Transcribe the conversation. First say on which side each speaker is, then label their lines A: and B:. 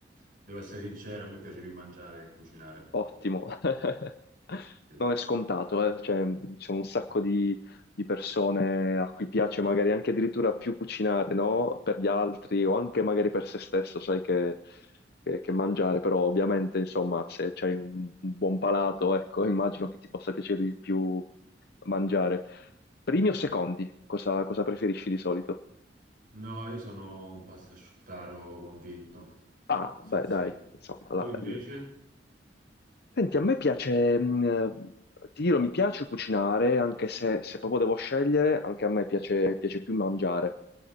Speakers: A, on the right (about 55°); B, on the left (about 60°).
A: Devo essere sincero, a me piace più mangiare che cucinare.
B: Ottimo. <laughs>
A: Sì.
B: Non è scontato, eh, cioè, c'è un sacco di, di persone a cui piace magari anche addirittura più cucinare, no? Per gli altri o anche magari per se stesso, sai che, che- che mangiare, però ovviamente, insomma, se c'hai un, un buon palato, ecco, <laughs> immagino che ti possa piacere di più mangiare. Primi o secondi? Cosa, cosa preferisci di solito?
A: No, io sono un pastasciuttaro convinto.
B: Ah,
A: Sì,
B: beh,
A: sì.
B: dai, insomma, là,
A: Tu invece?
B: il- Senti, a me piace, mh, ti dirò, mi piace cucinare, anche se, se proprio devo scegliere, anche a me piace, piace più mangiare.